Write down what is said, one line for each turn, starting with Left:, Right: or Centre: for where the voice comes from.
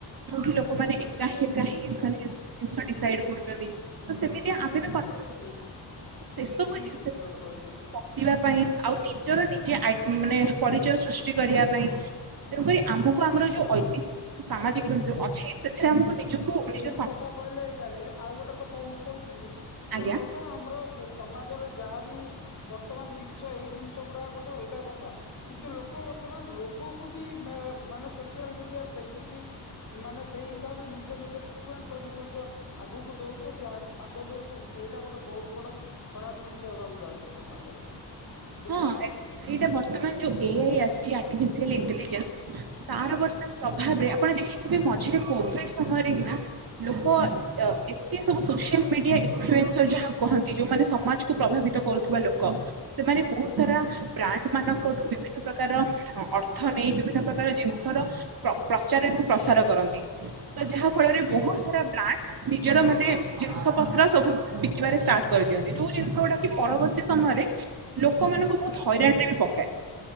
Right: ଯୋଉଠି ଲୋକମାନେ ଏକା ହିଁ ଏକା ହିଁ ମାନେସବୁ ଜିନିଷ ଡିଶାଇଟ ଚନ୍ତି ତ ସେମିତି ଆମେ ବି କଥା ହେଇଯିବା
Left: ଠିକ
Right: ତ ସେସବୁ
Left: ଠିକ
Right: ଜିନିଷରେ
Left: ବିଷୟ କହିଲେ
Right: <unintelligible> ପକେଇ ପାଇଁ ଆଉ ନିଜର ନିଜେ ଆଇ ମାନେ ପରିଚୟ ସୃଷ୍ଟି କରିବା ପାଇଁ ତେଣୁକରି ଆମକୁ ଆମର
Left: ଆଚ୍ଛା
Right: ଯୋଉ ଐତିହ୍ୟ ସାମାଜିକ ଯୋଉ ଅଛି ସେଥିରେ ଆମକୁ ନିଜକୁ
Left: ଠିକ
Right: ନିଜ
Left: କଥା କହିଲେ ଏଇଟାରେ ଆଉ ଗୋଟେ କଥା ମୁଁ କହୁଛି
Right: ଆଜ୍ଞା
Left: ଲୋକ ତ ଆମର ସମାଜରେ ଯାହାବି ବର୍ତ୍ତମାନ ଜିନିଷ ଏଇ ଜି ନିଷ ଗୁଡାକ ଗୋଟେ ଅଲଗା କଥା କିନ୍ତୁ ଲୋକ ବର୍ତ୍ତମାନ ରୋଗକୁ ବି ଏ ମାନେ ସୋସିଲ ମିଡିଆ ଦେଖିକି ମାନେ ସେଇ ହିସାବରେ ନି ଟିଟମେଣ୍ଟ କରିବି ବୋଲି ଯୋଉ ଆ ଆଗକୁ ଦଉଛନ୍ତି ପାଦ ଦଉଛନ୍ତି ସେଇଟା ଗୋଟେ ବହୁତ ବଡ ଖରାପ ଜିନିଷ ହେବାକୁ ଯାଉଛି ସମାଜରେ। ବୁଝିଲେ
Right: ହଁ
Left: ନା
Right: ଏଇଟା ବର୍ତ୍ତମାନ ଯୋଉ ଏଆଇ ଆସିଛି ଆଟିଫିସିଆଲ ଇଣ୍ଟେଲିଜେନ୍ସ ତାର
Left: ହୁଁ
Right: ବର୍ତ୍ତମାନ ପ୍ରଭାବରେ ଆପଣ ଦେଖିଥିବେ ମଝିରେ କୋଭିଡ ସମୟରେ କିନା ଲୋ ହଁ
Left: ହୁଁ
Right: ଏତେ ସବୁ ସୋସିଆଲ ମିଡିଆ ଇନଫ୍ଲୁଏନ୍ସର ଯାହା କହନ୍ତି ଯୋଉମାନେ ସମାଜକୁ ପ୍ରଭାବିତ କରୁଥିବା ଲୋକ। ସେମାନେ ବହୁତ ସାରା ବ୍ରାଣ୍ଡ ମାନଙ୍କଠୁ ବିଭିନ୍ନ ପ୍ରକାର ଅର୍ଥ ନେଇ ବିଭିନ୍ନ ପ୍ରକାର ଜି ଶର ପ୍ର ପ୍ରଚାର ଏବଂ ପ୍ରସାର କରନ୍ତି। ତ ଯାହା ଫଳରେ
Left: ଠିକ
Right: ବହୁତ
Left: କଥା
Right: ସାରା
Left: କହିଲେ
Right: ବ୍ରାଣ୍ଡ ନିଜର ମାନେ ଜିନିଷ ପତ୍ର ସବୁ ବିକିବାରେ ଷ୍ଟାର୍ଟ କରିଦିଅନ୍ତି ଯେଉଁ ଜିନିଷ ଗୁଡ଼ା କି ପରବର୍ତ୍ତୀ ସମୟରେ ଲୋକମାନଙ୍କୁ ବହୁତ ହଇରାଣ ରେ ବି ପକାଏ